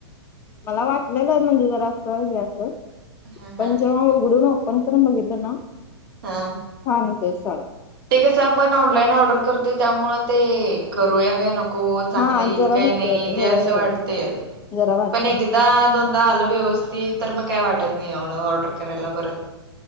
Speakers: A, on the left (about 15°); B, on the right (about 55°).
A: मला वाटलेलं च म्हणजे जर असं हे असं
B: हा हा
A: पण जेव्हा उघडून बघतो. फोन करून बघितलं नाही.
B: हा
A: छान होतंय सगळं
B: ते कसं आपण ऑनलाईन ऑर्डर करतो, त्यामुळे ते करूया काय नको. हो चांगलं
A: हा
B: येईल
A: जरा
B: का
A: भेटते
B: नाही
A: होते
B: ते
A: होय
B: अस
A: होय
B: वाटतं
A: जरा वाटते
B: पण एक- एकदा दोनदा आलं व्यवस्थित तर मग काय वाटत नाही, एवढं ऑर्डर करायला परत.